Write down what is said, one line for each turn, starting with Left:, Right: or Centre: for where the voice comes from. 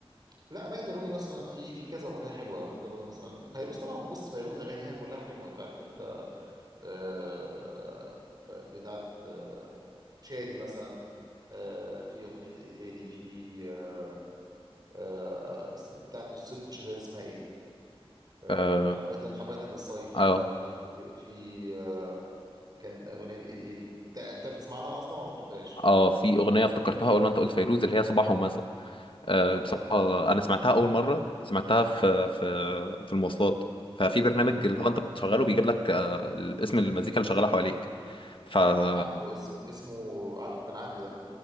Right: لا ماجدة الرومي مثلا في في كذا أغنية حلوة ماجدة الرومي مثلا فيروز طبعا بص فيروز أغانيها كلها حلوة أنت عارف أنت آه، ف- بتاعت آه، شادي مثلا آه، في أغنية إيه تاني في آه، آه، اسم- بتاعت الصيف والشتاء دي اسمها إيه آه،
Left: آه،
Right: حبيتك حبيتك بالصيف
Left: اه
Right: آه، في في، آه، كان اغنيه ايه تاني انت انت بتسمع لها اصلا ولا ما بتحبهاش
Left: اه في اغنيه افتكرتها اول ما انت قلت فيروز اللي هي صباح ومساء آه بصراحه
Right: اه
Left: انا سمعتها اول مره سمعتها في في في المواصلات ففي برنامج اللي هو انت بتشغله بيجيب لك آه اسم المزيكا اللي شغاله حواليك ف اه
Right: آه، عارفه اسمه اسمه عارفه كان عندي ده